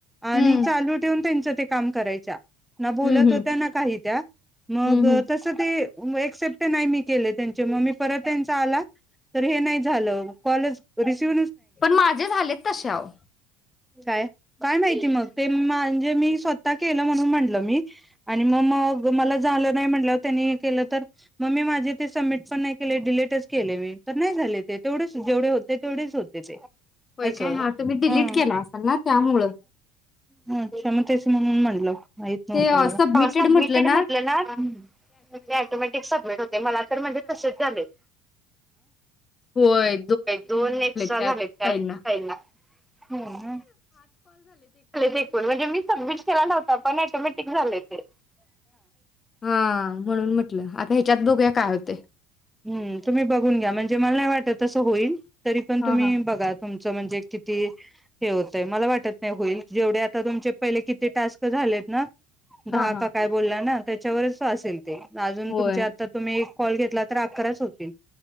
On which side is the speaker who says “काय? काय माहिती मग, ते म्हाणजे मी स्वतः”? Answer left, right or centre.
Centre